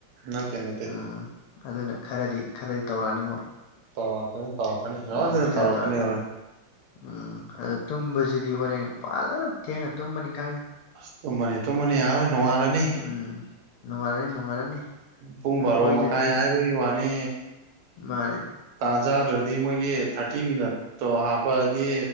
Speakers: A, on the right; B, on the left.
A: ꯅꯠꯇꯦ ꯅꯠꯇꯦ
B: ꯎꯝ ꯑꯗꯨꯅ ꯈꯔꯗꯤ ꯈꯔꯗꯤ ꯇꯧꯔꯛꯑꯅꯤ ꯃꯣꯏ
A: ꯇꯧꯔꯛꯀꯅꯤ ꯇꯧꯔꯛꯀꯅꯤ ꯁꯣꯏꯗꯅ
B: ꯎꯝ ꯈꯔ
A: ꯇꯧꯔꯛꯀꯅꯤ
B: ꯇꯧꯔ ꯈꯔ
A: ꯍꯧꯔꯦꯟ
B: ꯎꯝ ꯑꯗꯨ ꯇꯨꯝꯕꯁꯤꯗꯤ ꯍꯣꯔꯦꯟ ꯐꯖꯅ ꯊꯦꯡꯉ ꯇꯨꯝꯃꯅꯤ ꯈꯪꯉꯤ
A: ꯑꯁ ꯇꯨꯝꯃꯅꯤ ꯇꯨꯝꯃꯅꯤ ꯌꯥꯔꯔꯣꯏ ꯅꯣꯡꯉꯥꯜꯂꯅꯤ
B: ꯎꯝ ꯅꯣꯡꯉꯥꯜꯂꯅꯤ ꯅꯣꯡꯉꯥꯜꯂꯅꯤ
A: ꯄꯨꯡ
B: ꯑꯩꯈꯣꯏꯗꯗꯤ
A: ꯕꯥꯔꯣ ꯃꯈꯥꯏ ꯍꯥꯏꯕꯩ ꯋꯥꯅꯦ
B: ꯃꯥꯅꯦ
A: ꯇꯥꯟ ꯆꯥꯗ꯭ꯔꯗꯤ ꯃꯣꯏꯒꯤ ꯊꯥꯔꯇꯤ ꯃꯤꯅꯠꯇꯣ ꯍꯥꯞꯄꯑꯗꯤ